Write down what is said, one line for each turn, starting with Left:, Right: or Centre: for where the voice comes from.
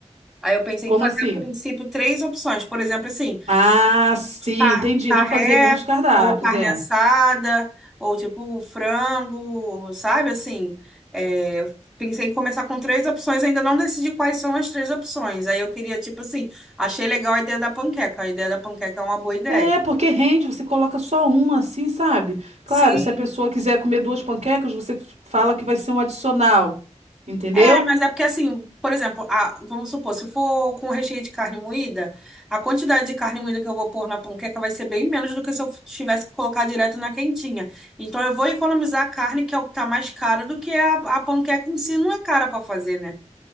Centre: Aí eu pensei
Right: como
Centre: em fazer
Right: assim?
Centre: a princípio três opções. Por exemplo, assim,
Right: Ah, sim,
Centre: Car-
Right: entendi.
Centre: Carré,
Right: Não fazer muitos cardápios,
Centre: ou carne
Right: é.
Centre: assada, ou tipo frango, sabe? Assim, é, pensei em começar com três opções, ainda não decidi quais são as três opções. Aí eu queria, tipo assim, achei legal a ideia da panqueca. A ideia da panqueca é uma boa ideia.
Right: É, porque rende, você coloca só uma, assim, sabe? Claro,
Centre: Sim,
Right: se a pessoa quiser comer duas panquecas, você f- fala que vai ser um adicional. Entendeu?
Centre: É, mas é porque assim, por exemplo, a- vamos supor, se for com recheio de carne moída, a quantidade de carne moída que eu vou pôr na panqueca vai ser bem menos do que se eu tivesse que colocar direto na quentinha. Então eu vou economizar a carne, que é o que tá mais caro, do que a, a panqueca em si não é cara para fazer, né?